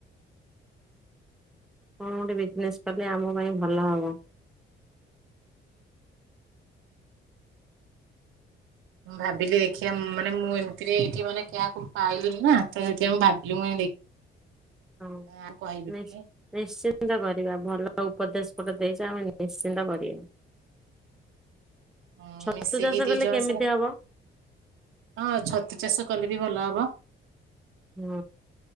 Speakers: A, in the centre; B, on the right.
A: କଣ ଗୋଟେ ବିଜନେସ୍ କଲେ ଆମ ପାଇଁ ଭଲ ହବ।
B: ମୁଁ ଭାବିଲି ଦେଖିଆ ମାନେ ମୁଁ ଏମତିରେ ଏଇଠି ମାନେ କାହାକୁ ପାଇଲିିନି ନା ତ ସେଥିପାଇଁ ମୁଁ ଭାବିଲି ମୁଁ ଦେ
A: ହଁ
B: ଆଁ କହିବୁ
A: ନିଶ୍ଚ
B: କିି।
A: ନିଶ୍ଚିନ୍ତ କରିବା ଭଲ ଉପଦେଶ ଗୋଟେ ଦେଇଛ ଆମେ ନିଶ୍ଚିନ୍ତ କରିବା।
B: ଉଁ
A: ଛତୁ
B: ମିଶିକି
A: ଚାଷ
B: ଦି
A: କଲେ
B: ଜଣ
A: କେମିତି
B: ସାରା
A: ହବ?
B: ହଁ ଛତୁ ଚାଷ କଲେ ବି ଭଲ ହବ।
A: ହୁଁ